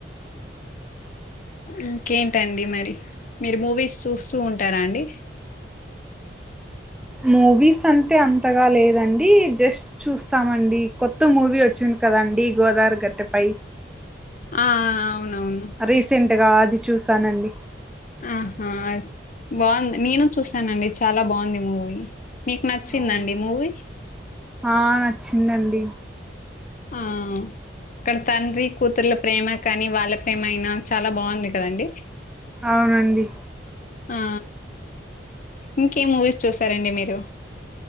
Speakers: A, on the left; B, in the centre.
A: ఇంకేంటండి మరి మీరు మూవీస్ చూస్తూ ఉంటారా అండి
B: మూవీస్ అంటే అంతగా లేదండి జస్ట్ చూస్తామండి కొత్త మూవీ వచ్చింది కదాండి గోదవరి గట్టుపై
A: ఆ అవునవును
B: రీసెంట్గా అది చూసానండి
A: ఆహా బాగుంది నేను చూసానండి చాలా బాగుంది మూవీ మీకు నచ్చిందండి
B: అవును
A: మూవీ
B: ఆ నచ్చిందండి
A: ఆ అక్కడ తండ్రి కూతురుల ప్రేమ కాని వాళ్ళ ప్రేమ అయినా చాలా బాగుంది కదండి
B: అవునండి
A: ఆ ఇంకే మూవీస్ చూసారండి మీరు